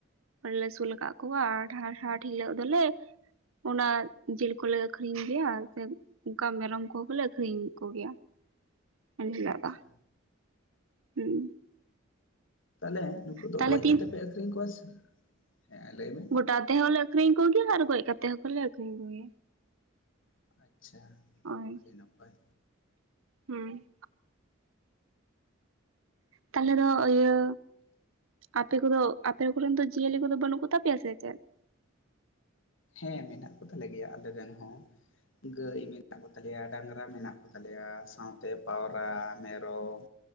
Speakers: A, on the right (about 80°); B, on the left (about 65°).
A: ᱮ ᱟᱹᱥᱩᱞ ᱟᱠᱟᱫ ᱠᱚᱣᱟ ᱟᱨ ᱦᱟᱴ ᱦᱟᱴ ᱦᱤᱞᱳᱜ ᱫᱚᱞᱮ ᱚᱱᱟ ᱡᱤᱞ ᱠᱚᱞᱮ ᱟᱠᱷᱨᱤᱧ ᱜᱮᱭᱟ ᱥᱮ ᱚᱱᱠᱟ ᱢᱮᱨᱚᱢ ᱠᱚᱦᱚᱸ ᱠᱚᱞᱮ ᱟᱠᱷᱨᱤᱧ ᱠᱚᱜᱮᱭᱟ᱾ ᱮᱱ ᱦᱤᱞᱚᱜ
B: ᱟᱪᱪᱷᱟ
A: ᱫᱟ ᱦᱩᱸ
B: ᱛᱟᱦᱚᱞᱮ ᱱᱩᱠᱩ ᱫᱚ
A: ᱛᱟᱦᱚᱞᱮ
B: ᱜᱚᱡ
A: ᱛᱤᱱ
B: ᱠᱟᱛᱮ ᱯᱮ ᱟᱠᱠᱷᱨᱤᱧ ᱠᱚᱣᱟ ᱥᱮ, ᱦᱮᱸ ᱞᱟᱹᱭᱢᱮ
A: ᱜᱚᱴᱟ ᱛᱮᱦᱚᱸᱞᱮ ᱟᱠᱷᱨᱤᱧ ᱠᱚᱜᱮᱭᱟ ᱟᱨ ᱜᱚᱡ ᱠᱟᱛᱮ ᱦᱚᱸᱞᱮ ᱟᱠᱷᱨᱤᱧ ᱠᱚᱜᱮᱭᱟ᱾
B: ᱟᱪᱪᱷᱟ
A: ᱳᱭ
B: ᱟᱹᱰᱤ ᱱᱟᱯᱟᱭ
A: ᱦᱩᱸ ᱛᱟᱦᱚᱞᱮ ᱫᱚ ᱤᱭᱟᱹ ᱟᱯᱮ ᱠᱚᱫᱚ ᱟᱯᱮ ᱠᱚᱨᱮᱱ ᱫᱚ ᱡᱤᱭᱟᱹᱞᱤ ᱠᱚᱫᱚ ᱵᱟᱹᱱᱩᱜ ᱠᱚᱛᱟ ᱯᱮᱭᱟ ᱥᱮ ᱪᱮᱫ?
B: ᱦᱮᱸ ᱢᱮᱱᱟᱜ ᱠᱚᱛᱟᱞᱮ ᱜᱮᱭᱟ ᱟᱞᱮ ᱨᱮᱱ ᱦᱚᱸ᱾ ᱜᱟᱹᱭ ᱢᱮᱱᱟᱜ ᱠᱚᱛᱟᱞᱮᱭᱟ ᱰᱟᱝᱨᱟ ᱢᱮᱱᱟᱜ ᱠᱚᱛᱟᱞᱮᱭᱟ ᱥᱟᱶᱛᱮ ᱯᱟᱣᱨᱟ ᱢᱮᱨᱚᱢ